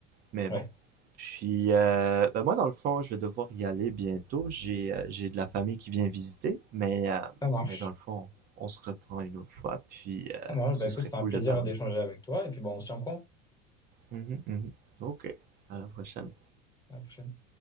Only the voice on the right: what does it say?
mais bon.
Puis, euh, bah, moi, dans le fond, je vais devoir y aller bientôt. J'ai euh, j'ai de la famille qui vient visiter, mais, euh,
mais dans le fond, on se reprend une autre fois, puis euh,
ce
serait
cool
de parler.
Mhm, mhm. Ok, à la prochaine.